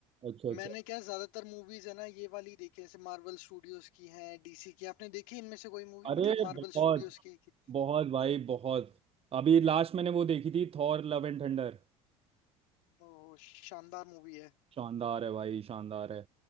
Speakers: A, on the right; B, on the left.
A: अच्छा अच्छा
B: मैंने क्या है, ज्यादातर मूवीज है ना ये वाली देखी है जैसे मार्वल स्टूडियोज की है डीसी की आपने देखी है इनमें से कोई मूवी
A: अरे
B: मतलब मार्वल
A: बहुत
B: स्टूडियोज की, की
A: बहुत भाई बहुत अभी लास्ट मैंने वो देखी थी थॉर लव एंड थंडर
B: ओ, शानदार मूवी है
A: शानदार है भाई शानदार है